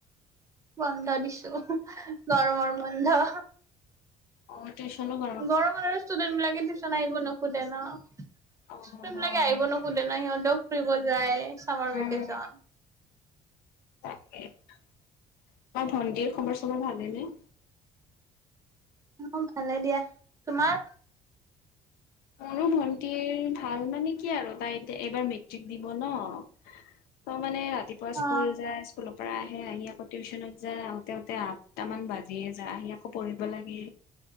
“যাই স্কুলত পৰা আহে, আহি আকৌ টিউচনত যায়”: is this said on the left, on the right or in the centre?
Left